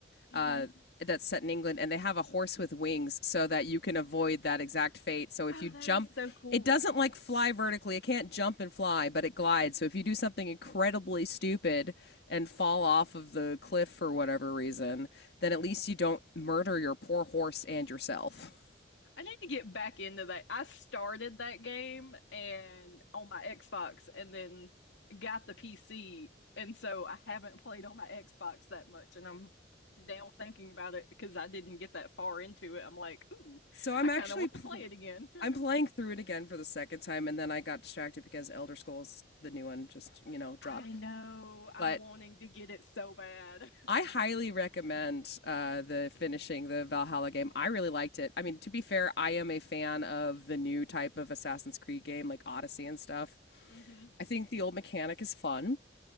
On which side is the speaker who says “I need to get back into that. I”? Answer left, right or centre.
Left